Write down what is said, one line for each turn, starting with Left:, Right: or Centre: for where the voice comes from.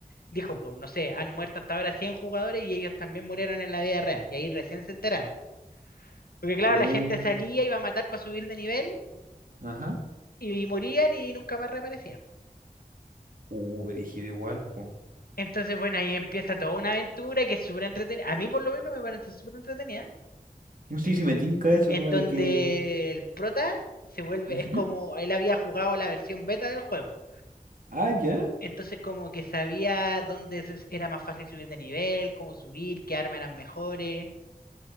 Left: dijo, pues, no sé, han muerto hasta ahora 100 jugadores y ellos también murieron en la vida real, y ahí recién se enteraron. Porque claro,
Right: Uh,
Left: la gente salía, iba a matar para subir de nivel,
Right: Ajá.
Left: y morían y nunca más reaparecían.
Right: Uh, brígido igual, po.
Left: Entonces, bueno, ahí empieza toda una aventura que es súper entretenida. A mí por lo menos me parece súper entretenida.
Right: No sé si me tinca eso,
Left: en
Right: como
Left: donde
Right: de que.
Left: el prota se vuelve,
Right: Ujú.
Left: es como, él había jugado la versión beta del juego.
Right: Ah, ya.
Left: Entonces como que sabía dónde se- era más fácil subir de nivel, cómo subir, qué armas eran mejores.